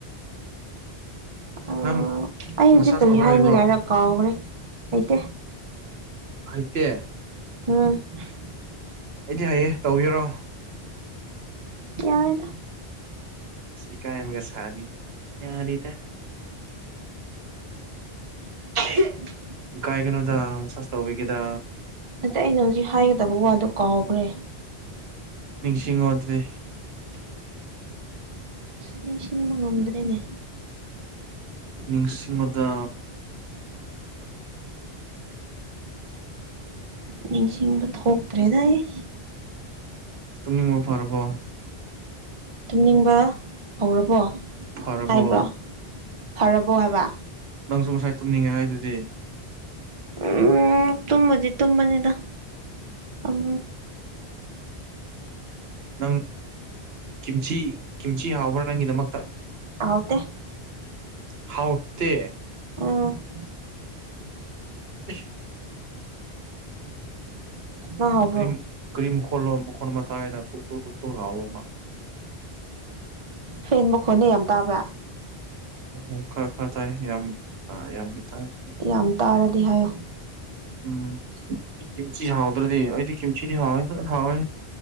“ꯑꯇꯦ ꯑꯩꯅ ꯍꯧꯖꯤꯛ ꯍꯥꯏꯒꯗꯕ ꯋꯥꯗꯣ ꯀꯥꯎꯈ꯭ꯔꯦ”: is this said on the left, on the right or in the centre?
Right